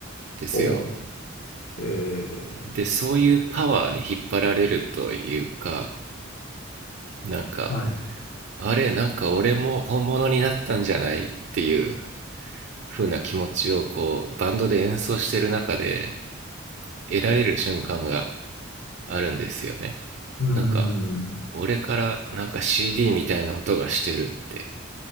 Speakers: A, on the right; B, on the left.
A: ですよ。
B: ほう。えー
A: でそういうパワーに引っ張られるというかなんか
B: はい。
A: あれなんか俺も本物になったんじゃないっていう風な気持ちをこうバンドで演奏してる中で得られる瞬間があるんですよね。
B: うん。
A: なんか、俺からなんか CD みたいな音がしてるって。